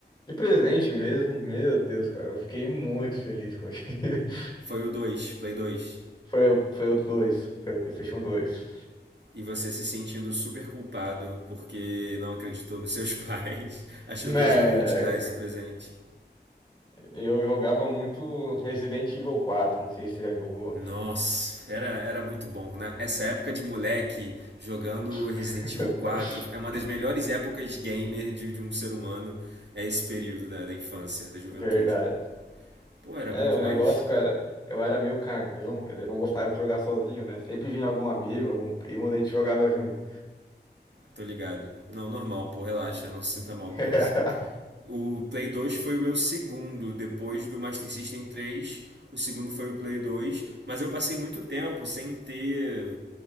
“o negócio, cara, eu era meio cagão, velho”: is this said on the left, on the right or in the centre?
Left